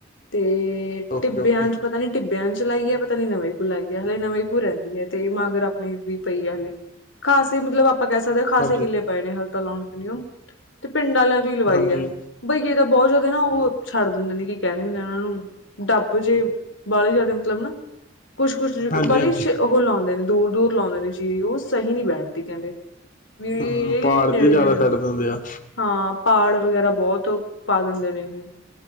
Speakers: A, on the left; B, on the left.
A: ਤੇ
B: ਓਕੇ
A: ਟਿੱਬਿਆਂ
B: ਓਕੇ
A: ਚ ਪਤਾ ਨੀ ਟਿੱਬਿਆਂ ਚ ਚਲਾਈਏ ਪਤਾ ਨੀ ਨਵੇਂ ਖੁ ਲਾਈ ਹੈ ਹਾਲੇ ਨਵੇਂ ਖੂ ਰਹਿੰਦੀ ਹੈ ਤੇ ਮਾਗਰ ਆਪਣੀ ਵੀ ਪਈ ਹੈ ਹਾਲੇ ਖਾਸੀ ਮਤਲਬ ਆਪ ਆਪਾਂ ਕਹਿ ਸਕਦੇ ਹਾਂ ਖਾਸੇ
B: ਹਾਂਜੀ
A: ਕਿੱਲੇ ਪਏ ਨੇ ਹਲ ਤਾਂ ਲਾਉਣ ਕਦੇ ਤੇ ਪਿੰਡ ਵਾਲਿਆਂ ਤੋਂ ਹੀ ਲਵਾਈ
B: ਹਾਂਜੀ
A: ਹੈ। ਬਈਏ ਤਾਂ ਬਹੁਤ ਜ਼ਿਆਦਾ ਨਾ ਉਹ ਛੱਡ ਦਿੰਦੇ ਨੇ ਕੀ ਕਹਿੰਦੇ ਹੁੰਦੇ ਉਹਨਾਂ ਨੂੰ ਡੱਬ ਜੇ ਬਾਹਲੀ ਜਿਆਦੇ ਮਤਲਬ ਨਾ ਕੁਛ ਕੁਛ
B: ਹਾਂਜੀ
A: ਬਾਹਲੀ
B: ਹਾਂਜੀ
A: ਉਹ ਲਾਉਂਦੇ ਨੇ ਦੂਰ ਦੂਰ ਲਾਉਂਦੇ ਨੇ ਜੀ ਉਹ ਸਹੀ ਨੀ ਬੈਠਦੀ ਕਹਿੰਦੇ ਵੀ ਇਹ
B: ਹੂੰ ਪਹਾੜ
A: ਨੇੜੇ
B: ਜੇ ਜ਼ਿਆਦਾ
A: ਨੇੜੇ
B: ਛੱਡ ਦਿੰਦੇ ਆ
A: ਹਾਂ। ਪਾੜ ਵਗੈਰਾ ਬਹੁਤ ਪਾ ਦਿੰਦੇ ਨੇ ਇਹ